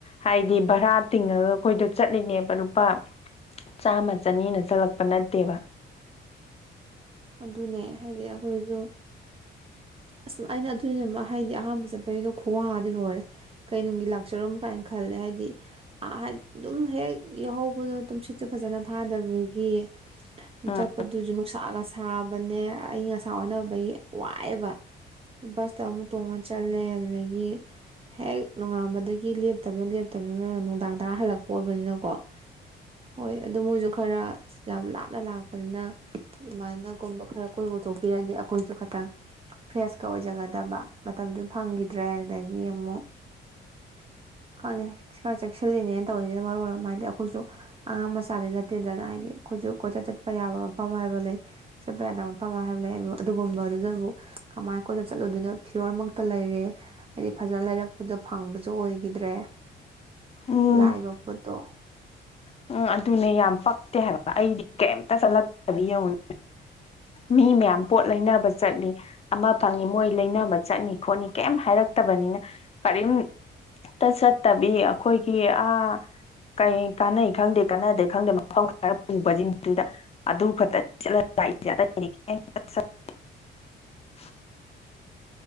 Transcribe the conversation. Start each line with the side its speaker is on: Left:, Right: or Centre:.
Left: ꯍꯥꯏꯗꯤ ꯚꯔꯥ ꯇꯤꯡꯉꯒ ꯑꯩꯈꯣꯏꯗꯣ ꯆꯠꯂꯤꯅꯦꯕ ꯂꯨꯄꯥ ꯆꯥꯝꯃ ꯆꯅꯤꯅ ꯆꯠꯂꯛꯄ ꯅꯠꯇꯦꯕ
Right: ꯑꯗꯨꯅꯦ ꯍꯥꯏꯗꯤ ꯑꯩꯈꯣꯏꯖꯨ ꯑꯁ ꯑꯩꯅ ꯑꯗꯨꯅꯦ ꯍꯥꯏꯗꯤ ꯑꯍꯥꯟꯕ ꯆꯠꯄꯒꯤꯗꯣ ꯈꯨꯋꯥꯗꯤ ꯂꯣꯏꯔꯦ ꯀꯩꯅꯨꯡꯒꯤ ꯂꯥꯛꯆꯔꯝ ꯀꯥꯏꯅ ꯈꯜꯂꯦ ꯍꯥꯏꯗꯤ ꯑꯍ ꯑꯗꯨꯝ ꯍꯦꯛ ꯌꯥꯎꯍꯧꯕꯗꯣ ꯇꯨꯝꯁꯤꯠꯁꯨ ꯐꯖꯅ ꯐꯥꯗꯕꯒꯤ
Left: ꯎꯝ
Right: ꯆꯠꯄꯗꯨꯁꯨ ꯅꯨꯡꯁꯥꯒ ꯁꯥꯕꯅꯦ ꯑꯏꯪ ꯑꯁꯥ ꯑꯣꯟꯅꯕꯒꯤ ꯋꯥꯏꯑꯦꯕ ꯕꯁꯇ ꯑꯃꯨꯛ ꯇꯣꯡꯉ ꯆꯠꯂꯦ ꯑꯗꯨꯗꯒꯤ ꯍꯦꯛ ꯅꯣꯡꯉꯥꯟꯕꯗꯒꯤ ꯂꯦꯞꯇꯕꯗꯨꯅ ꯂꯦꯞꯇꯕꯗꯨꯅ ꯅꯨꯡꯗꯥꯡ ꯇꯔꯥ ꯍꯜꯂꯛꯄ ꯑꯣꯏꯕꯅꯤꯅꯀꯣ ꯍꯣꯏ ꯑꯗꯨ <unintelligible> ꯈꯔ ꯌꯥꯝ ꯂꯥꯞꯅ ꯂꯥꯛꯄꯅꯤꯅ ꯑꯗꯨꯃꯥꯏꯅꯒꯨꯝꯕ ꯈꯔ ꯀꯣꯏꯕꯄꯨꯊꯣꯛꯄꯤꯔꯗꯤ ꯑꯩꯈꯣꯏꯁꯨ ꯈꯇꯪ ꯐ꯭ꯔꯦꯁꯀ ꯑꯣꯏꯖꯒꯗꯕ ꯃꯇꯝꯁꯨ ꯐꯪꯈꯤꯗ꯭ꯔꯦ ꯑꯗꯥꯒꯤ ꯑꯃꯨꯛ ꯈꯪꯗꯦ ꯈꯔ ꯆꯦꯛꯁꯤꯜꯂꯤꯅꯦꯅ ꯇꯧꯔꯤꯁꯤꯅ ꯃꯔꯣꯜ ꯑꯃ ꯑꯩꯈꯣꯏꯁꯨ ꯑꯉꯥꯡ ꯃꯆꯥꯗꯤ ꯅꯠꯇꯦꯗꯅ ꯍꯥꯏꯗꯤ ꯑꯩꯈꯣꯏꯁꯨ ꯀꯣꯏꯆꯠ ꯆꯠꯄ ꯌꯥꯕ ꯃꯐꯝ ꯍꯥꯏꯕ ꯂꯩ ꯆꯠꯄ ꯌꯥꯗꯕ ꯃꯐꯝ ꯍꯥꯏꯕ ꯂꯩ ꯑꯗꯨꯒꯨꯝꯕꯗꯨꯗꯕꯨ ꯀꯃꯥꯏ ꯀꯣꯟꯅ ꯆꯠꯂꯨꯗꯣꯏꯅꯣ ꯐꯤꯔꯣꯜꯃꯛꯇ ꯂꯩꯔꯦ ꯍꯥꯏꯗꯤ ꯐꯖꯅ ꯂꯩꯔꯛꯄꯗꯣ ꯐꯪꯕꯁꯨ ꯑꯣꯏꯒꯤꯗ꯭ꯔꯦ
Left: ꯎꯝ
Right: ꯂꯥꯛꯏꯕ ꯄꯣꯠꯇꯣ
Left: ꯎꯝ ꯑꯗꯨꯅꯦ ꯌꯥꯝ ꯄꯛꯇꯦ ꯍꯥꯏꯕ ꯑꯩꯗꯤ ꯀꯩꯝꯇ ꯆꯠꯂꯛꯇꯕꯤ ꯌꯡꯎꯅꯦ ꯃꯤ ꯃꯌꯥꯝ ꯄꯣꯠ ꯂꯩꯅꯕ ꯆꯠꯂꯤ ꯑꯃ ꯐꯪꯏ ꯃꯣꯏ ꯂꯩꯅꯕ ꯆꯠꯅꯤ ꯈꯣꯠꯅꯤ ꯀꯩꯝ ꯍꯥꯏꯔꯛꯇꯕꯅꯤꯅ ꯀꯔꯤꯝꯇ ꯆꯠꯇꯕꯤ ꯑꯩꯈꯣꯏꯒꯤ ꯑꯥ ꯀꯩ ꯀꯥꯟꯅꯩ ꯈꯪꯗꯦ ꯀꯥꯟꯅꯗꯦ ꯈꯪꯗꯦ ꯃꯐꯝ ꯈꯔ ꯄꯨꯕꯁꯤꯡꯗꯨꯗ ꯑꯗꯨ ꯈꯛꯇ ꯂꯥꯛꯏꯁꯦ ꯑꯇꯩꯗꯤ <unintelligible>